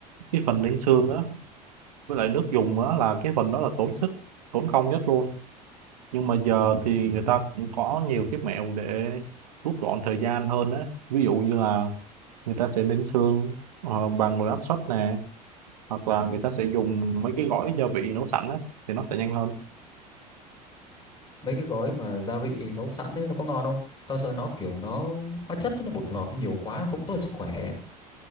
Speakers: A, on the right (about 65°); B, on the left (about 20°).
A: cái phần ninh xương á với lại nước dùng á là cái phần đó là tốn sức tốn công nhất luôn nhưng mà giờ thì người ta cũng có nhiều cái mẹo để rút gọn thời gian hơn á ví dụ như là người ta sẽ ninh xương ờ, bằng nồi áp suất nè hoặc là người ta sẽ dùng mấy cái gói gia vị nấu sẵn á thì nó sẽ nhanh hơn
B: mấy cái gói mà gia vị nấu sẵn ấy nó có ngon không tao sợ nó kiểu nó hóa chất ấy, nó bột ngọt nhiều quá nó không tốt cho sức khỏe